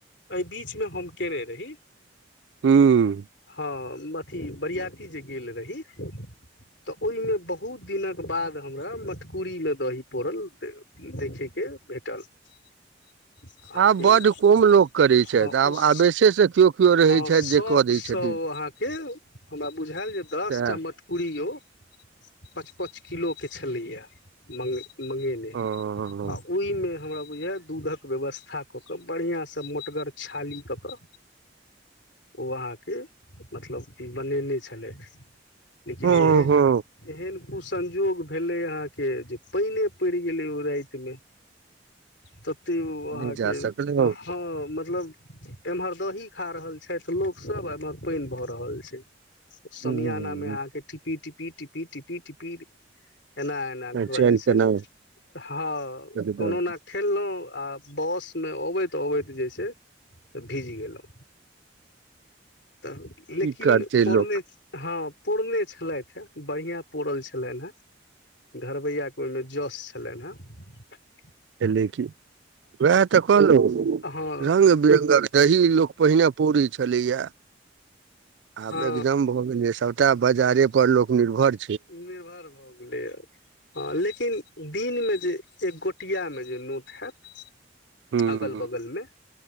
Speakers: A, on the left; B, on the right.
A: ए बीच मे हम केरै रही।
B: ह्म्म।
A: हम अथी बरियाती जे गेल रही। तऽ ओय मे बहुत दिनक बाद हमरा मटकूरी मे दही पौड़ल देखे के भेटल। <unintelligible>
B: आब बड्ड कम लोक करै छथि
A: हां
B: आब
A: उस
B: आवेशेसँ केओ केओ रहै
A: हां
B: छथि
A: शौख
B: जे कऽ दै
A: से
B: छथिन
A: उ अहाँ के हमरा बुझाएल जे दस
B: सएह
A: पूड़ियो पच पच किलो के छलैया मं मंगेेले
B: हँ
A: आ ओय मे हमरा बुझा दूधक व्यवस्था कऽ केऽ बढ़ियाँ से मोटगर छाली कऽ कऽ उ अहाँ के मतलब बनेने छलै। लेकिन
B: हँ
A: एहे
B: हँ
A: एहन उ संजोग भेलै अहाँ के जे पेएने पैड़ गेलै ओय रात मे तऽ तै उ अहाँ
B: नहि जा
A: के
B: सकलौ
A: हाँ मतलब एम्हर दही खा रहल छैथ लोक सब, एमहर पेएन भऽ रहल छै। समियाना
B: हूँ
A: मे आ के ठीपी टी पीटी, पीटी, पीटी, टीपीर एना एना घोल
B: चैन
A: छै,
B: केना
A: हाँ
B: एकदम
A: कोनो ना ठेललौ। आ बस मे अबैत अबैत जे छै से भीज गेलौ। तऽ लेकिन
B: की करतै
A: पौड़ने
B: लोक
A: हाँ। पौड़ने छलैथ हय, बढ़ियाँ पौड़ल छलैन हय, घरबैया के ओय मे जस छलैन हय।
B: लेकिन वएह तऽ कहलहु
A: हँ
B: रग बिरङगक सही लोक पहिने पूरी छलैया। आब
A: हँ
B: एकदम भो गेल सटा बजारे पर ल लोक निर्रभर
A: मेघार भऽ गेलैया, हाँ लेकिन दिन मे जे एक गोटिया मे जे नोत हाएत।
B: हूँ
A: अगल-बगल मे